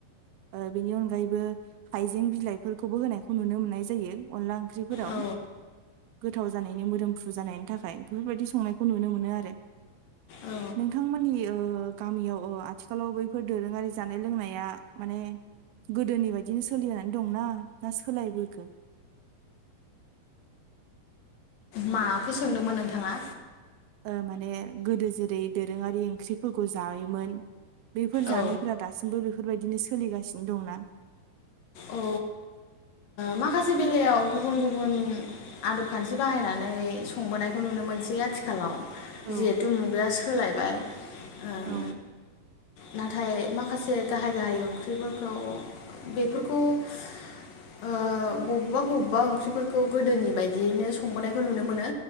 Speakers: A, on the right (about 80°); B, on the left (about 65°).
A: ओ बेनि अनगायैबो हाइजें बिलाइफोरखौबो होनायखौ नुनो मोननाय जायो अनला ओंख्रि ओंख्रिफोराव
B: औ
A: गोथाव जानायनि मोदोमफ्रु जानायनि थाखाय बेफोरबायदि संनायखौ नुनो मोनो आरो
B: औ
A: नोंथांमोननि ओ गामियाव ओ आथिखालाव बैफोर दोरोङारि जानाय लोंनाया माने गोदोनि बायदिनो सोलिनानै दंना ना सोलायबोखो
B: माखौ सोंदोंमोन नोंथाङा
A: ओ माने गोदो जेरै दोरोङारि ओंख्रिफोरखौ जायोमोन बेफोर जानायफोरा
B: औ
A: दासिमबो बेफ बेफोरबायदिनो सोलिगासिनो दंना
B: औ ओ माखासे बेलायाव गुबुन गुबुन आदबखान्थि बाहायनानै संबोनायखौ नुनो मोनसै आथिखालाव
A: औ
B: जिहेथु मुगाया सोलायबाय ओम
A: औ
B: नाथाय माखासे गाहाय गाहाय ओंख्रिफोरखौ बेफोरखौ ओ बबेबा बबेबा ओंख्रिफोरखौ गोदोनि बायदियैनो संबोनायखौ नुनो मोनो